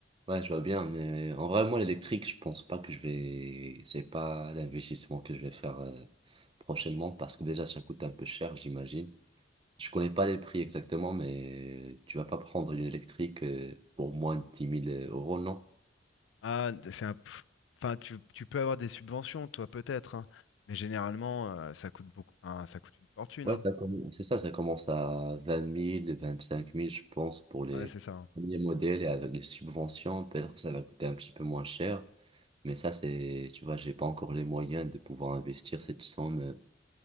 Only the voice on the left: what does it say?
Ah, c'est un... pff, Enfin, tu, tu peux avoir des subventions, toi, peut-être, hein, mais généralement, euh, ça coûte beaucoup. enfin, ça coûte une fortune,
hein.
Ouais, c'est ça. hein.